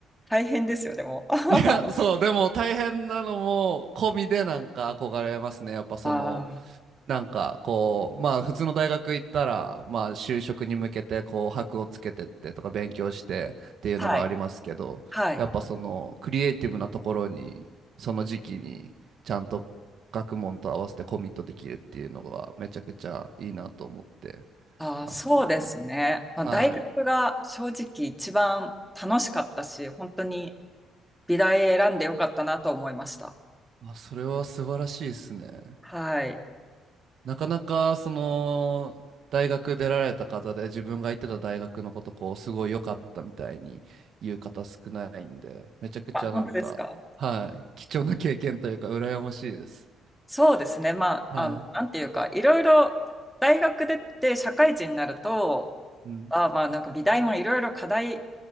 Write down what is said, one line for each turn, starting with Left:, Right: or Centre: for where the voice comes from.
Centre: 大変ですよ、でも。<laughs>
Right: い。いや、そう、でも大変なのも込みでなんか憧れますね。やっぱその、
Centre: あー
Right: なんかこうまあ普通の大学行ったらまあ就職に向けてこう箔をつけてってとか勉強してっていうのがありますけどやっぱそのクリエイティブなところにその時期にちゃんと学問と合わせてコミットできるっていうのがめちゃくちゃいいなと思って
Centre: はい。はい。あー、
Right: ますね。
Centre: そうですね。まあ、
Right: はい。
Centre: 大学が正直一番楽しかったし、本当に美大選んでよかったなと思いました。
Right: あ、それは素晴らしいですね。
Centre: はい。
Right: なかなかその大学出られた方で自分が行ってた大学のことこうすごい良かったみたいに言う方少ないんでめちゃくちゃなんかはい貴重な経験というか羨ましいです。
Centre: あ、本当ですかそうですね。まあ、
Right: はい。
Centre: あの、なんていうか、いろいろ大学出て社会人になると、
Right: うん。
Centre: あ、まあなんか美大もいろいろ課題